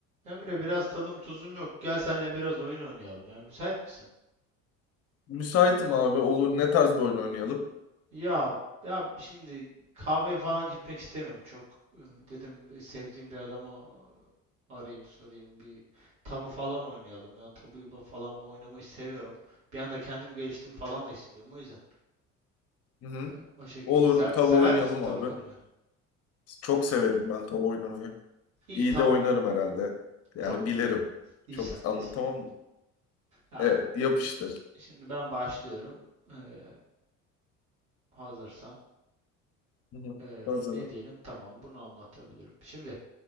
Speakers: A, on the right; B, on the left.
A: Emre biraz tadım tuzum yok. Gel senle biraz oyun oynayalım ya. Müsait misin?
B: Müsaitim abi olur. Ne tarz bir oyun oynayalım?
A: Ya ya şimdi kahveye falan gitmek istemiyorum çok. Ee, Dedim sevdiğim bir adama e, arayayım sorayım bir tabu falan oynayalım ya. Tabuyu ba- falan ben oynamayı seviyorum. Bir anda kendim geliştiğimi falan da hissediyorum o yüzden.
B: Hı hı.
A: e, O şekilde.
B: Olur.
A: Se-
B: Tabu
A: sever
B: oynayalım
A: misin tabu
B: abi.
A: oynamayı?
B: Çok severim ben tabu oynamayı.
A: İyi
B: İyi
A: tamam
B: de oynarım herhalde. Yani
A: tamam.
B: bilirim.
A: İnşallah
B: Çok anlatamam.
A: inşallah. Ya
B: Evet yapıştır.
A: şimdi ben başlıyorum. Ee, hazırsan.
B: Hı hı.
A: Ee,
B: Hazırım.
A: ne diyelim? Tamam bunu anlatabilirim. Şimdi